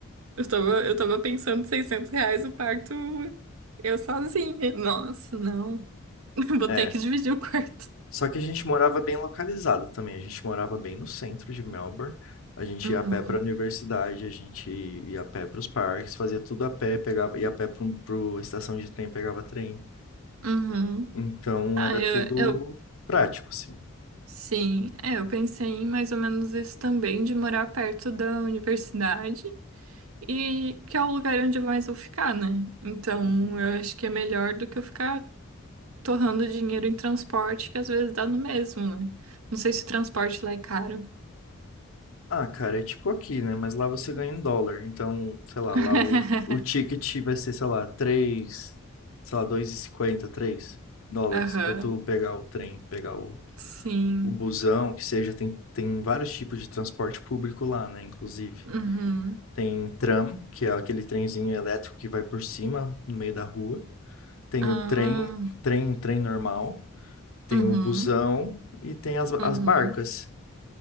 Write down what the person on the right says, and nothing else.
Eu tava, eu tava pensando 600 reais o quarto, eu sozinha. Nossa, não. <laughs> Vou
ter que dividir o quarto.
Uhum,
uhum.
Ah,
eu,
eu,
sim. É, eu pensei em mais ou menos isso também, de morar perto da universidade. E que é o lugar onde mais vou ficar, né? Então,
eu acho que é melhor do que eu ficar torrando dinheiro em transporte, que às vezes dá no mesmo, né? Não sei se o transporte lá é caro.
<laughs>
Aham,
sim.
Uhum.
Ah,
uhum,
uhum.